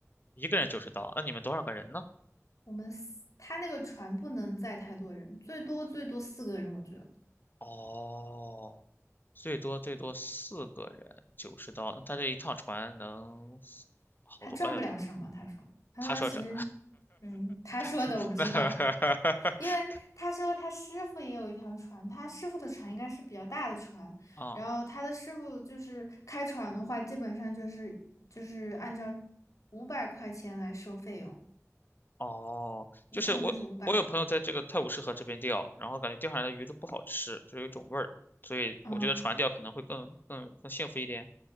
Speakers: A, on the left (about 40°); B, on the left (about 80°).
A: 一个人九十刀，那你们多少个人呢？
B: 我们四他那个船不能载太多人，最多最多四个人，我觉得
A: 哦，最多最多四个人，九十刀，那他这一趟船能好多，
B: 他赚不了什么。
A: 哎呀，
B: 他说，他说其实，
A: 他说这，
B: 嗯，他说的我不知道。
A: <laughs>
B: 因为他说他师傅也有一条船，他师傅的船应该是比较大的船，
A: 啊，
B: 然后他的师傅就是开船的话，基本上就是就是按照五百块钱来收费用，
A: 哦，
B: 一趟就是五百。
A: 就是我，我有朋友在这个泰晤士河这边钓，然后感觉钓上来的鱼都不好吃，就有一种味儿，所以我觉得船钓可能会更更更幸福一点
B: 嗯，